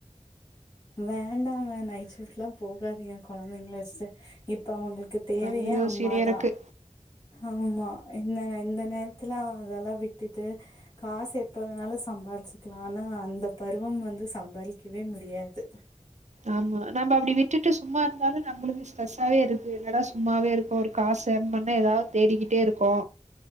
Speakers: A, on the left; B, on the right.
A: வேண்டாங்க நைட் ஷிப்ட்லா போகாதீங்க குழந்தைங்கள வச்சுட்டு இப்ப அவுங்களுக் கு தேவையே
B: ஐயோ
A: அம்மாதா
B: சிரியா இருக்கு
A: ஆமா இந்த இந்த நேரத்துல அவுங்களலெல்லா விட்டுட்டு காசு எப்ப வேணாலு சம்பாரிச்சுக்கலா ஆனா அந்த பருவம் வந்து சம்பாரிக்கவே முடியாது
B: ஆமா நம்ப அப்டி விட் டுட்டு சும்மா இருந்தாலு நம்மளுக்கு ஸ்ட்ரெஸ்ஸாவே இருக்கு என்னடா சும்மாவே இருக்கோ ஒரு காசு ஏர்ன் பண்ணா ஏதாவது தேடிக்கிட்டே இருக்கோ